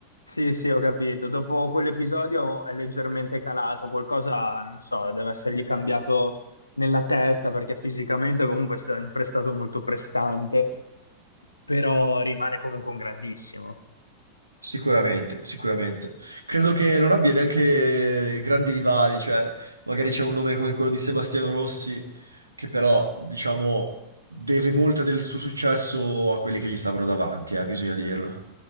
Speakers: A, on the left; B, on the right.
A: Sì, sì, ho capito. Dopo quell'episodio è leggermente calato, qualcosa, non so, deve essergli cambiato nella testa perché fisicamente comunque è sempre stato molto prestante, però rimane comunque un grandissimo.
B: Sicuramente, sicuramente. Credo che non abbia neanche grandi rivali, cioè magari c'è un nome come quello di Sebastiano Rossi, che però, diciamo, deve molto del suo successo a quelli che gli stavano davanti, eh, bisogna dirlo.